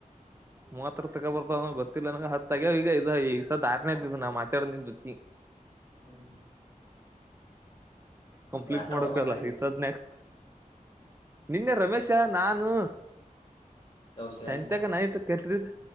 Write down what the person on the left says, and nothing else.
ಹ್ಮ್ ಹ್ಮ್
ಯಾರ್
ಕೂಡ ಮಾತಾಡಿ
ತೌಸೆ